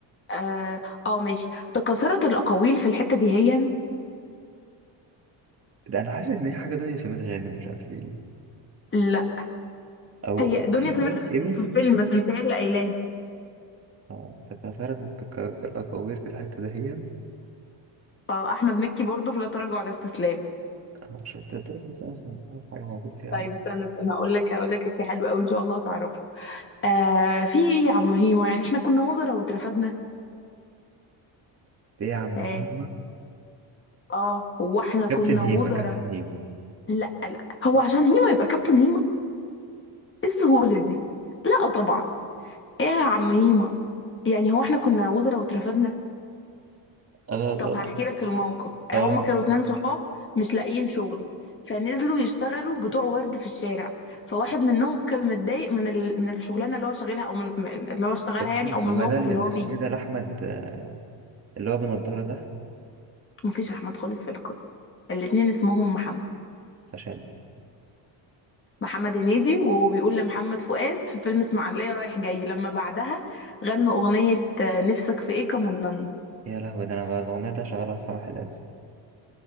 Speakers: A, on the left (about 25°); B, on the right (about 30°).
A: اه آه، ماشي تكاثرت الاقاويل في الحته دي هي
B: ده انا حاسس ان هي حاجه دنيا سمير غانم مش عارف ليه
A: لا
B: او
A: هي دنيا سمير غانم
B: ايمي
A: كانت في الفيلم بس مش هي اللي قايلاه
B: آه، تكاثرت التكا- الاكاوير في الحته دهيا
A: اه احمد مكي برضه في لا تراجع ولا استسلام
B: آه، عشان تترك مثلا اسمها حاجه موجود فيها
A: طيب استنى استنى هقول لك هقول لك في حلو قوي ان شاء الله هتعرفه آه في ايه يا عم هيما يعني احنا كنا وزراء واترفدنا
B: ايه يا عم
A: ها
B: هيما
A: اه هو احنا كنا
B: كابتن هيما
A: وزراء
B: كابتن هيما
A: لا لا هو عشان هيما يبقى كابتن هيما ايه السهوله دي لا طبعا ايه يا عم هيما يعني هو احنا كنا وزراء واترفدنا
B: انا أنا-
A: طب هحكي لك الموقف
B: اه
A: آه، هما كانوا اتنين صحاب مش لاقيين شغل فنزلوا يشتغلوا بتوع ورد في الشارع فواحد منهم كان متضايق من ال... من الشغلانه اللي هو شغالها او من من- اللي هو اشتغلها
B: طب استنى
A: يعني او من
B: هو
A: الموقف
B: ده اللي
A: اللي
B: اللي
A: هو
B: اسمه
A: فيه
B: ايه ده لاحمد آه، اللي هو بنضاره ده
A: مفيش احمد خالص في القصه الاتنين اسمهم محمد
B: فشل
A: محمد هنيدي وهو بيقول لمحمد فؤاد في فيلم اسماعيليه رايح جاي لما بعدها غنوا اغنيه آه، نفسك في ايه كمننا
B: يا لهوي ده انا بقى الاغنيه ده شغاله في فرح العز